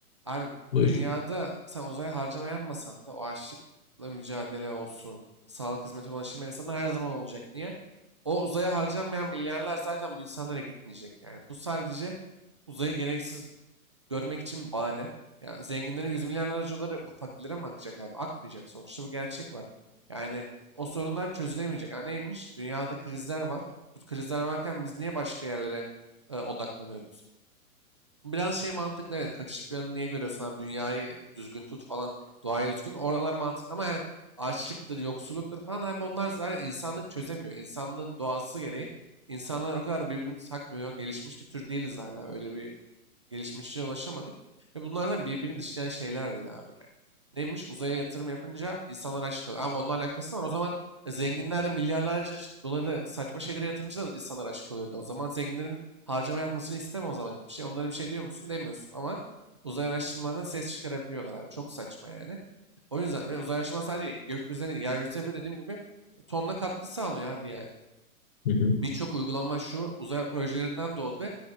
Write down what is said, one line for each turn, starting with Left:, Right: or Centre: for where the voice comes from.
Right: Abi
Left: Buyur.
Right: dünyada sen uzaya harcama yapmasan da o açlıkla mücadele olsun, sağlık hizmetine ulaşım insanlar her zaman olacak. Niye? O uzaya harcanmayan milyarlar zaten bu insanlara gitmeyecek. Yani bu sadece uzayı gereksiz görmek için bir bahane. Ya zenginlerin yüz milyarlarca doları bu fakirlere mi akacak abi? Akmayacak. Sonuçta bu gerçek var. Yani o sorunlar çözülemeyecek. Ha neymiş? Dünyada krizler var. Bu krizler varken biz niye başka yerlere e, odaklanıyoruz? Bu Biraz şey mantıklı evet. Kaçış planı niye görüyorsun abi? Dünyayı düzgün tut falan. Doğayı düzgün. Oralar mantıklı ama yani açlıktır, yoksulluktur falan abi onlar zaten insanlık çözemiyor. İnsanlığın doğası gereği insanlar o kadar birbirini takmıyor. Gelişmiş bir tür değiliz hala. Öyle bir gelişmişliğe ulaşamadık. Ve bunlardan birbirini dışlayan şeyler değil abi yani. Neymiş? Uzaya yatırım yapınca insanlar aç kalıyor. Ama onunla alakası var. O zaman e, zenginler de milyarlarca doları saçma şeylere yatırınca da insanlar aç kalıyordu. O zaman zenginlerin harcama yapmasını isteme o zaman hiçbir şey. Onlara bir şey diyor musun? Demiyorsun ama uzay araştırmalarına ses çıkarabiliyorlar abi. Çok saçma yani. O yüzden ve uzay araştırma sadece gökyüzüne değil, yeryüzüne bile dediğim gibi tonla katkı sağlıyor abi yani.
Left: Hı hı.
Right: Birçok uygulama şu uzay projelerinden doğdu ve